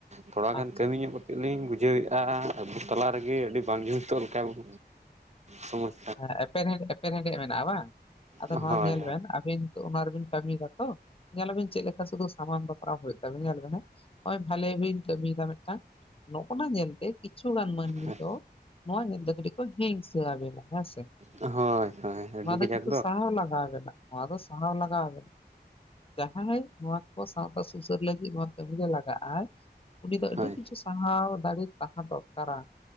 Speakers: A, on the right (about 40°); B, on the left (about 35°).
A: ᱛᱷᱚᱲᱟ ᱜᱟᱱ
B: ᱟᱪᱪᱷᱟ
A: ᱠᱟᱹᱢᱤ ᱧᱚᱜ ᱜᱚᱫ ᱤᱧᱤᱧ ᱵᱩᱡᱷᱟᱹᱣ <unintelligible> ᱮᱫᱼᱟ ᱟᱵᱚ ᱛᱟᱞᱟ ᱨᱮᱜᱮ ᱟᱹᱰᱤ ᱵᱟᱝ ᱧᱩᱛᱚᱜ ᱞᱮᱠᱟ ᱵᱚᱱ ᱥᱚᱢᱚᱥᱟ
B: ᱦᱮᱸ ᱮᱯᱮᱨᱦᱮᱸᱰᱮᱡ ᱮᱯᱮᱨᱦᱮᱸᱰᱮᱡ ᱢᱮᱱᱟᱜᱼᱟ ᱵᱟᱝ ᱟᱫᱚ
A: ᱦᱳᱭ
B: ᱱᱚᱣᱟ ᱧᱮᱞ ᱵᱮᱱ ᱟᱵᱤᱱ ᱚᱱᱟ ᱨᱮᱵᱤᱱ ᱠᱟᱹᱢᱤᱭ ᱮᱫᱟ ᱛᱚ ᱧᱮᱞᱟᱵᱤᱱ ᱪᱮᱫ ᱞᱮᱠᱟ ᱥᱩᱫᱷᱩ ᱥᱟᱢᱟᱝ ᱫᱟᱯᱨᱟᱢ ᱦᱩᱭᱩᱜ ᱛᱟᱵᱤᱱ ᱧᱮᱞ ᱵᱤᱱ ᱦᱮ ᱱᱚᱜᱼᱚᱭ ᱵᱷᱟᱞᱮ ᱵᱤᱱ ᱠᱟᱹᱢᱤᱭᱮᱫᱟ ᱢᱤᱫᱴᱟᱝ ᱱᱚᱜᱼ ᱱᱟ ᱧᱮᱞᱛᱮ ᱠᱤᱪᱷᱩᱜᱟᱱ ᱢᱟᱹᱱᱢᱤ
A: ᱦᱳᱭ
B: ᱫᱚ ᱱᱚᱣᱟ ᱧᱮᱞᱛᱮ ᱠᱟᱹᱴᱤᱡ ᱠᱚ ᱦᱤᱝᱥᱟᱹ ᱟᱹᱵᱤᱱᱟ ᱦᱮᱸ ᱥᱮ
A: ᱦᱳᱭ ᱦᱳᱭ
B: ᱱᱚᱣᱟ
A: ᱟᱹᱰᱤ
B: ᱫᱚ
A: ᱠᱟᱡᱟᱠ
B: ᱠᱤᱱᱛᱩ ᱥᱟᱦᱟᱣ ᱞᱟᱜᱟᱣ ᱟᱵᱤᱱᱟ ᱱᱚᱣᱟ ᱫᱚ ᱥᱟᱦᱟᱣ ᱞᱟᱜᱟᱣ ᱟᱵᱤᱱᱟ ᱡᱟᱦᱟᱸᱭ ᱱᱚᱣᱟ ᱠᱚ ᱥᱟᱶᱛᱟ ᱥᱩᱥᱟᱹᱨ ᱞᱟᱹᱜᱤᱫ ᱱᱚᱣᱟ ᱠᱟᱹᱢᱤ ᱨᱮ ᱞᱟᱜᱟᱜ ᱟᱭ ᱩᱱᱤ ᱫᱚ ᱟᱹᱰᱤ
A: ᱦᱳᱭ
B: ᱠᱤᱪᱷᱩ ᱥᱟᱦᱟᱣ ᱫᱟᱲᱮ ᱛᱟᱦᱮᱸ ᱫᱚᱨᱠᱟᱨᱟ